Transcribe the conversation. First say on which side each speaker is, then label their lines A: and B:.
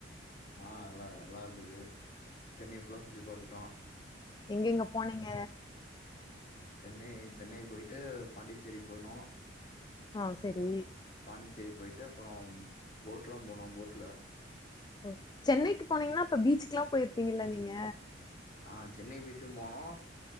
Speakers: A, on the left; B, on the left.
A: ஆ எல்லா நல்லா இருந்தது சென்னை ஃபுல்லா சுத்தி பாத்துட்டோ
B: எங்கெங்க போனீங்க
A: சென்னை சென்னை போயிட்டு பாண்டிச்சேரி போணோ
B: ஆ செரி
A: பாண்டிச்சேரி போயிட்டு அப்புறம் போட்லா போனோ போட்ல
B: ஓ சென்னைக்கு போனீங்கனா அப்ப பீச்சுக்கெல்லா போயிருப்பிங்கல்ல நீங்க
A: ஆ சென்னை பீச்சும் போனோ